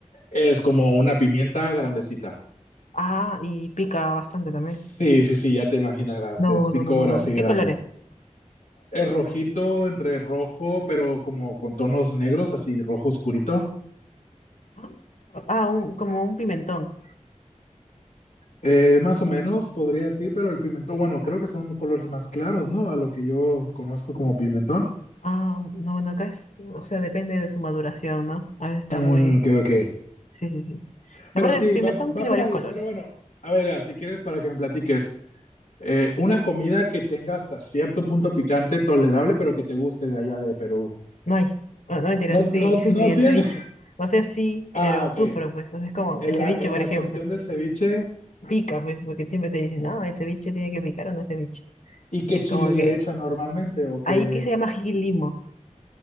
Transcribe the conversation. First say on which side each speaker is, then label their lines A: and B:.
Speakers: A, on the left; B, on the left.
A: Es como una pimienta grandecita.
B: Ah, y pica bastante también.
A: Sí, sí, sí, ya te imaginarás,
B: No,
A: es picor
B: no, no, no, no.
A: así
B: ¿Y qué
A: grande.
B: color es?
A: Es rojito entre rojo, pero como con tonos negros, así rojo oscurito.
B: Ah, ah, un, como un pimentón.
A: Eh, más o menos podría decir, pero el pimentón, bueno, creo que son colores más claros, ¿no? A lo que yo conozco como pimentón.
B: Ah, no, bueno, acá es, o sea, depende de su maduración, ¿no? A veces está
A: Mm,
B: muy...
A: creo que.
B: Sí, sí, sí. La
A: Pero
B: parte
A: sí,
B: del pimentón
A: va,
B: tiene
A: va por
B: varios
A: ahí.
B: colores.
A: Pero bueno, a ver, ah, si quieres, para que me platiques. eh, una comida que tenga hasta cierto punto picante, tolerable, pero que te guste de allá de Perú.
B: No hay. Bueno, no mentira,
A: No,
B: sí,
A: no,
B: <laughs> sí,
A: no
B: sí, el
A: tiene
B: ceviche. O sea, sí,
A: Ah,
B: pero
A: ok.
B: sufro, pues. O sea, es como
A: En
B: el ceviche,
A: la, en
B: por
A: la
B: ejemplo.
A: cuestión del ceviche,
B: Pica, pues, porque siempre te dicen, no, el ceviche tiene que picar o no es ceviche.
A: ¿y qué
B: Y es
A: chiles
B: como que,
A: le echan normalmente? ¿O qué?
B: ahí que se llama ají limo.